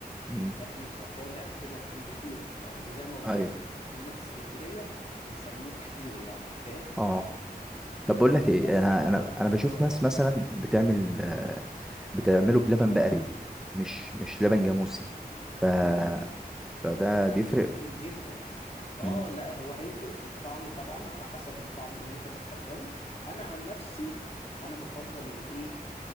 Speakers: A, in the centre; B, on the left.
A: مم.
B: ده بيبقى طالع كده بإيه بخيره يعني زي ما قلت
A: ايوه
B: لك احنا هنا في اسكندرية بنسموه بخيره يعني فاهم
A: اه طب بقول لك ايه
B: بس
A: انا
B: بقى
A: انا انا بشوف
B: اه قول
A: ناس مثلا
B: لي
A: بتعمل آه،
B: مم.
A: بتعمله بلبن بقري مش مش لبن جاموسي ف
B: ممكن
A: فده بيفرق
B: ممكن جدا اه
A: مم.
B: لا هو هيفرق في الطعم طبعا على حسب الطعم اللي انت بتفضله انا عن نفسي انا بفضل الايه